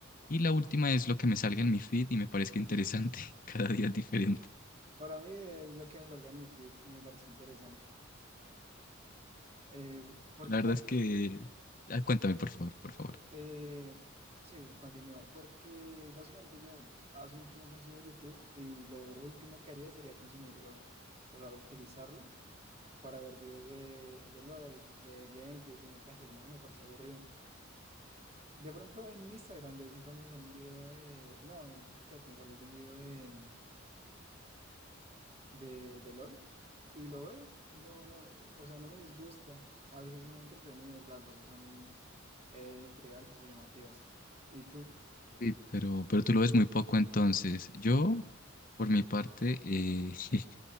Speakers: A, on the left; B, on the right.
A: Y la última es lo que me salga en mi feed y me parezca interesante. <laughs> Cada día es diferente.
B: Para mí es lo que me salga en mi feed y me parece interesante. Es porque
A: La verdad es que... ah, cuéntame, por favor, por favor.
B: Eh, sí, continúa, porque básicamente yo hace mucho no consumo YouTube y lo último que haría sería consumirlo, o sea, utilizarlo para ver videos de, de LOL, de gameplays o montajes, no, me parece aburrido. De pronto en Instagram de vez en cuando me sale un video de, no, en TikTok me sale algún video de, de, de LOL y lo veo, no, no, o sea, no me disgusta, a veces son entretenidos, las voces son eh, intrigantes o llamativas. ¿Y tú?
A: Sí, pero, pero tú lo ves muy poco entonces. Yo, por mi parte, eh, <laughs>